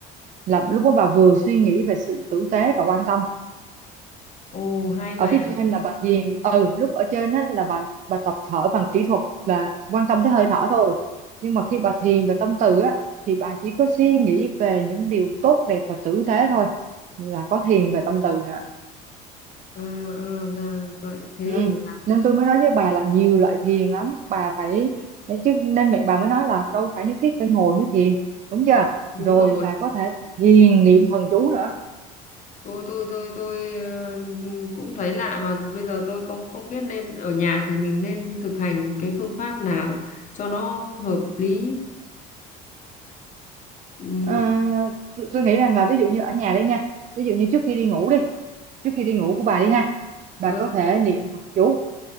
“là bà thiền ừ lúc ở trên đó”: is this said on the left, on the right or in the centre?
Right